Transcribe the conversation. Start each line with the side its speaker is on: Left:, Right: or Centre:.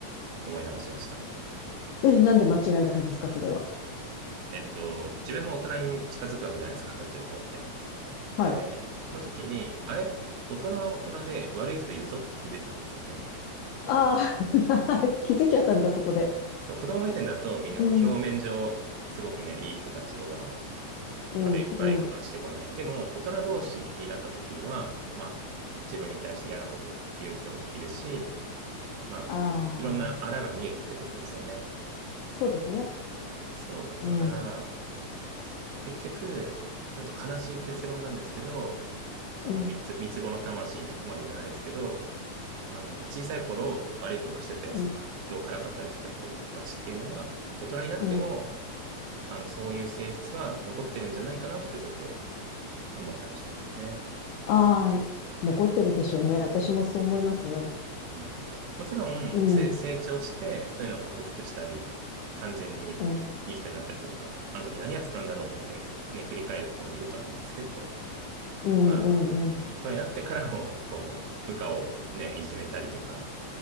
Right: 思い直しました。
Left: え、なんで間違いなんですか、それは。
Right: えっと、自分も大人に近づくわけじゃないですか、二十歳を超えて。
Left: はい。
Right: で、その時に、あれ大人は大人で悪い人いるぞって気づいたんですよね。
Left: ああ、<laughs> 気づいちゃったんだ、そこで。
Right: そう、子供目線だとみんなこう表面上、
Left: うん、
Right: すごくね、いい人たち、大人は。
Left: うん、
Right: 悪い、悪いことはしてこない。
Left: うん。
Right: でも、大人同士になった時には、まあ、自分に対して嫌なこと言う人もいるし、まあ、
Left: ああ、
Right: いろんなあらが見えてくるわけですよね。
Left: そうですね。
Right: そう。
Left: うん、
Right: だから、結局、ちょっと悲しい結論なんですけど、その三つ、
Left: うん、
Right: 三つ子の魂100までじゃないですけど、あの、小さい頃悪いことしてたやつとか、
Left: うん、
Right: 人をからかったりしてた子たちっていうのは、大人になっても、
Left: うん。
Right: あの、そういう性質は残ってるんじゃないかなってちょっと思ったりしてますね。
Left: ああ、残ってるでしょうね。私もそう思いますね。
Right: うん。もちろん、
Left: うん、
Right: せ、成長して、そういうのを克服したり、完全にいい人になった人とか、
Left: うん、
Right: あの時何やってたんだろうってね、振り返る人もいるとは思うんですけど、
Left: うん、
Right: まあ、
Left: うん、うん。
Right: 大人になってからも、<laughs> こう、部下をね、いじめたりとか、